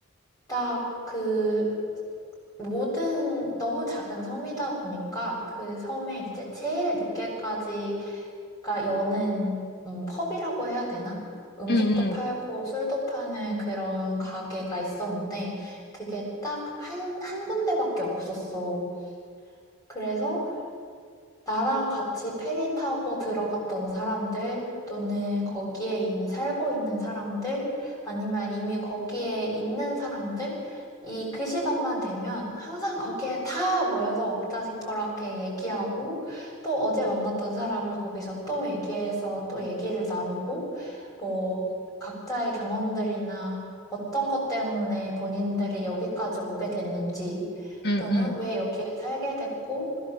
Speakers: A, on the left (about 15°); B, on the left (about 50°).
A: 딱 그 모든 너무 작은 섬이다 보니까 그 섬에 이제 제일 늦게까지 가 여는 음, 펍이라고 해야 되나? 음식도
B: 응,
A: 팔고
B: 응,
A: 술도 파는 그런 가게가 있었는데 그게 딱 한, 한 군데밖에 없었어. 그래서 나랑 같이 페리 타고 들어갔던 사람들, 또는 거기에 이미 살고 있는 사람들, 아니면 이미 거기에 있는 사람들, 이 그 시간만 되면 항상 거기에 다 모여서 왁자지껄하게 얘기하고, 또 어제 만났던 사람을 거기서 또 얘기해서 또 얘기를 나누고, 뭐, 각자의 경험들이나 어떤 것 때문에 본인들이 여기까지 오게 됐는지,
B: 응,
A: 또는
B: 응.
A: 왜 여기에 살게 됐고,